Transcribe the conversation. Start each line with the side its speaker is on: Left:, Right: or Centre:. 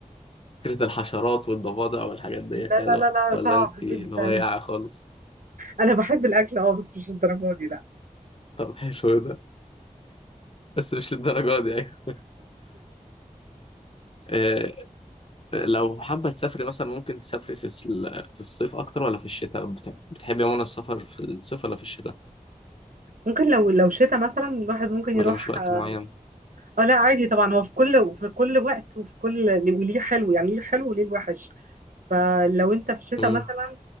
Left: فكره الحشرات والضفادع والحاجات ديت
Right: لا
Left: يعني
Right: لا لا لا
Left: ولا
Right: صعب
Left: انت اللي
Right: جدا
Left: هو يقع خالص
Right: انا بحب الاكل اه بس مش الدرجة دي لا
Left: طب حلو ده بس مش للدرجه دي يعني آه لو حابه تسافري مثلا ممكن تسافري في الس- في الصيف اكتر ولا في الشتاء بت- بتحبي عموما السفر في الصيف ولا في الشتاء
Right: ممكن لو لو شتاء مثلا الواحد ممكن
Left: ولا
Right: يروح
Left: مش وقت
Right: اه
Left: معين
Right: آه، لا عادي طبعا هو في كل في كل وقت وفي كل وليه حلو يعني ليه حلو وليه الوحش فلو انت في شتاء
Left: امم
Right: مثلا